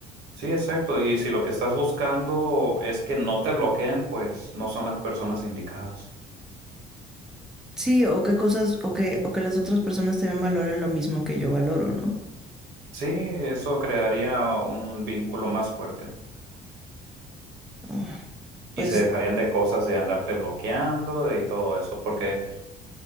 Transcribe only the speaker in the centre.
Sí, o qué cosas, o que, o que las otras personas también valoren lo mismo que yo valoro, ¿no?
Ah,
Pues,